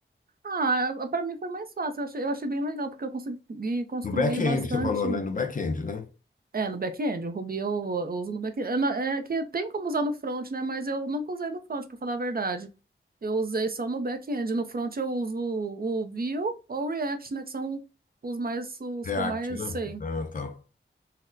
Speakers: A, on the right (about 50°); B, on the left (about 40°).
A: Ah, para mim foi mais fácil. Eu achei, eu achei bem legal, porque eu consegui construir
B: No back-end
A: bastante.
B: você falou, né? No back-end, né?
A: É, no back-end. O Ruby eu, eu uso no back-end. É, na- é que tem como usar no front, né? Mas eu nunca usei no front, para falar a verdade. Eu usei só no back-end. No front eu uso o Vue ou o React, né? Que são os mais, os
B: React,
A: que eu mais
B: né?
A: sei.
B: Ah, tá.